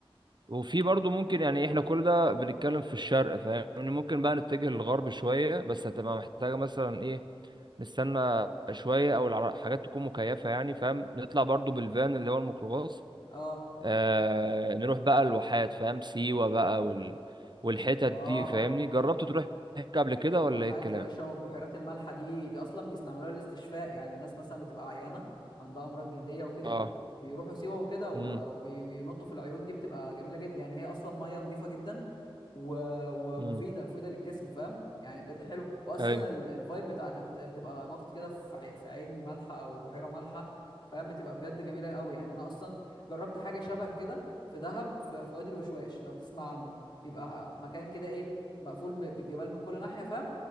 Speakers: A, on the right; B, on the left.
A: وفي برضو ممكن يعني احنا كل ده بنتكلم في الشرق فاهمني ممكن بقى نتجه للغرب شوية بس هتبقى محتاجة مثلا ايه نستنى شوية او العر- حاجات تكون مكيفة يعني فاهم نطلع برضو بالفان اللي هو الميكروباص
B: اه
A: آه نروح بقى الواحات فاهم سيوة بقى وال... والحتت
B: اه
A: دي فاهمني جربت تروح هناك قبل كده
B: الواحات
A: ولا ايه الكلام
B: يا باشا والبحيرات المالحة دي دي أصلا بيستعملوها للاستشفاء يعني الناس مثلا بتبقى عيانة عندها أمراض جلدية وكده
A: اه
B: بيروحوا سيوة وكده وبينطوا
A: امم
B: في العيون دي بتبقى جميلة جدا يعني هي أصلا مية نظيفة جدا و... ومفيدة
A: امم
B: مفيدة للجسم فاهم يعني بجد حلو وأصلا
A: اي
B: ال... الفايب بتاع إنك ت- تبقى ناطط كده في عي... في عين مالحة أو بحيرة مالحة فاهم بتبقى بجد جميلة قوي يعني أنا أصلا جربت حاجة شبه كده في دهب في... في وادي الوشواش لو تسمع عنه بيبقى مكان كده ايه مقفول ب- بالجبال من كل ناحيه فاهم